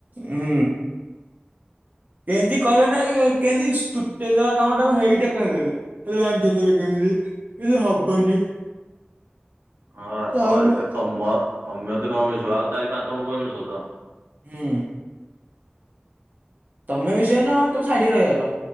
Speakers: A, on the right; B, on the right.
A: ହୁଁ। କେନ୍ତି କହିବେ ନାହିଁ କେନ୍ତି ତୁଟେଇ ଦବା କାମ ଟାକୁ ହେଇଟା କହିବେନି। ଖାଲି ଭାଙ୍ଗିଦେବ କେମିତି। କିଛି ହବନି
B: ହଁ
A: କାମ।
B: ତ ତମ ତମେ ଯଦ ନ ମିଶିବ, ଆଉା ଚାରି ପାଞ୍ଚ ଜଣଙ୍କୁ କାଇଁ ମିସୋଉଚ?
A: ହୁଁ। ତମେ ମିଶିବନି ହଁ ତମେ ସାଇଡ୍ ହେଇ ରହିଗଲ।